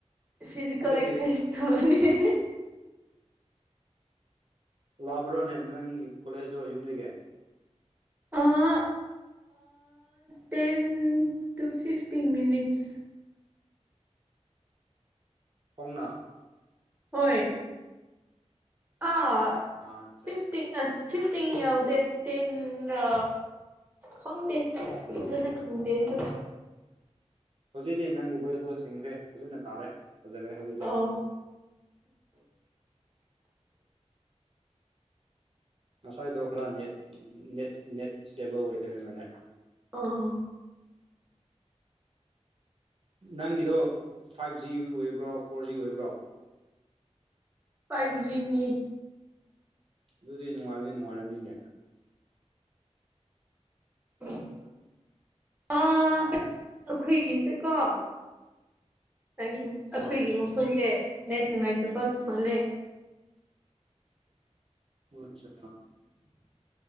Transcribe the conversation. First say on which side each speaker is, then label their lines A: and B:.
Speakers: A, on the right; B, on the right.
A: ꯐꯤꯖꯤꯀꯦꯜ
B: ꯑꯗꯨꯒꯤ
A: ꯑꯦꯛꯁꯔꯁꯥꯏꯁ ꯇꯧꯔꯅꯤ
B: ꯂꯥꯛꯄ꯭ꯔꯣꯅꯦ ꯅꯪꯒꯤ ꯀꯣꯂꯦꯖꯇꯣ ꯌꯨꯝꯗꯒꯤ
A: ꯑꯥ ꯇꯦꯟ ꯇꯨ ꯐꯤꯐꯇꯤꯟ ꯃꯤꯅꯤꯠꯁ
B: ꯍꯣꯡꯅ
A: ꯍꯣꯏ ꯑꯥ
B: ꯑꯆꯥ
A: ꯐ ꯐꯤꯐꯇꯤꯤꯡ ꯌꯥꯎꯗꯦ ꯇꯦꯟ ꯔ ꯈꯪꯗꯦ ꯄꯨꯖꯅ ꯈꯪꯗꯦ ꯑꯩꯁꯨ
B: ꯍꯧꯖꯤꯛꯇꯤ ꯅꯪꯒꯤ ꯚꯣꯏꯁꯇꯣ ꯁꯤꯡꯈ꯭ꯔꯦ ꯐꯖꯅ ꯇꯥꯔꯦ ꯐꯖꯔꯦ ꯍꯧꯖꯤꯛꯇꯤ
A: ꯑ ꯎꯝ
B: ꯉꯁꯥꯏꯗꯣ ꯈꯔ ꯅꯦꯠ ꯅꯦꯠ ꯅꯦꯠ ꯏꯁꯇꯦꯕꯜ ꯑꯣꯏꯗꯕꯩ ꯃꯜꯂꯦ
A: ꯑꯥ
B: ꯅꯪꯒꯤꯗꯣ ꯐꯥꯏꯚ ꯖꯤ ꯑꯣꯏꯕ꯭ꯔꯣ ꯐꯣꯔ ꯖꯤ ꯑꯣꯏꯕ꯭ꯔꯣ
A: ꯐꯥꯏꯚꯖꯤꯅꯤ
B: ꯑꯗꯨꯗꯤ ꯅꯨꯡꯉꯥꯏꯔꯗꯤ ꯅꯨꯡꯉꯥꯏꯔꯝꯃꯤꯅꯦ
A: ꯎꯝ ꯑꯥ ꯑꯩꯈꯣꯏꯒꯤꯁꯦꯀꯣ ꯆꯪ ꯑꯩꯈꯣꯏꯒꯤ
B: ꯎꯝ
A: ꯃꯐꯝꯁꯦ ꯅꯦꯠ ꯅꯨꯡꯉꯥꯏꯇꯕ ꯃꯥꯂꯦ
B: ꯑꯆꯥ